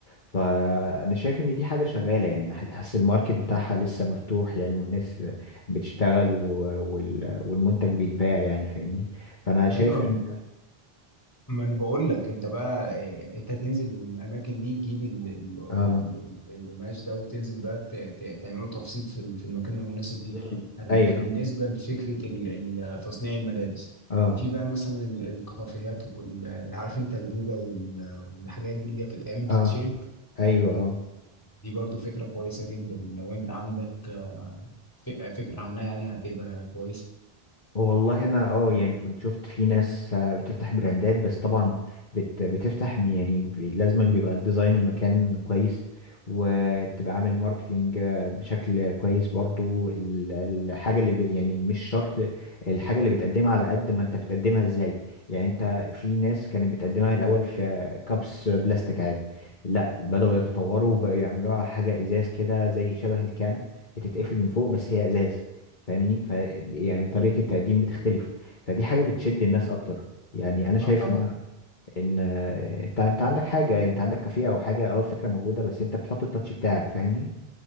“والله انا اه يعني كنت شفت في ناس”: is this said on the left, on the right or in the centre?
Left